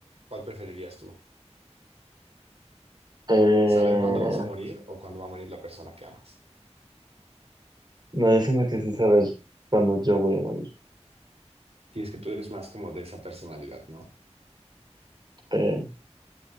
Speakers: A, on the right; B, on the right.
A: ¿cuál preferirías tú?
B: Eh,
A: ¿Saber cuándo vas a morir o cuándo va a morir la persona que amas?
B: no, yo siento que sí saber cuándo yo voy a morir.
A: Y es que tú eres más como de esa personalidad,
B: Eh,